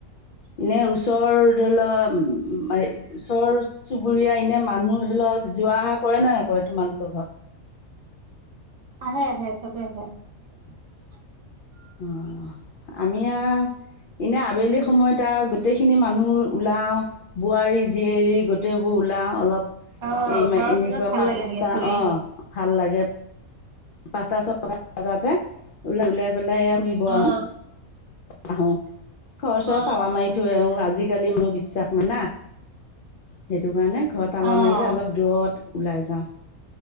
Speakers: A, on the left; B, on the right.
A: এনে ওচৰ ধৰি ল হ উম হেই ওচৰ চুবুৰীয়া এনে মানুহ ধৰি ল এ যোৱা অহা কৰে নে নকৰে তোমালোকৰ ঘৰত
B: আহে আহে চবে আহে <unintelligible>
A: অ আমি আও এনে আবেলি সময়ত আৰু গোটেই খিনি মানুহ ওলাও বোৱাৰী জিয়াৰী গোটেবোৰ উলাওঁ অলপ
B: অ',
A: এই
B: গৰম
A: এনেকুৱা
B: দিনত ভাল
A: পাঁচটা
B: লাগে এনেকে ফুৰি।
A: অ ভাল লাগে পাঁচটা ছটা বজাতে ওলাই ওলাই পেলাই এ ঘুৰিব
B: অ',
A: আহো আহো ঘৰচৰ
B: অ',
A: তালা মাৰি থৈ আহো আজি পোৱালি মোৰ বিশ্বাস মান না সেইটো কাৰণে ঘৰত তালা
B: অ',
A: মাৰিলে অলপ দূৰত ওলাই যাওঁ